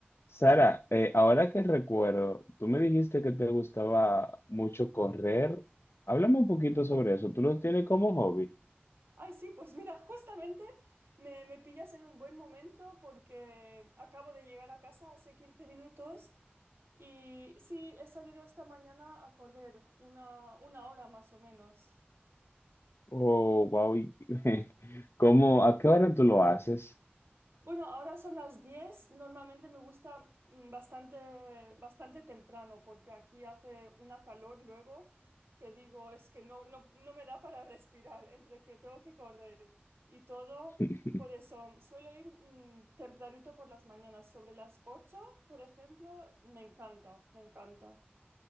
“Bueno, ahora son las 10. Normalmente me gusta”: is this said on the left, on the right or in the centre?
Right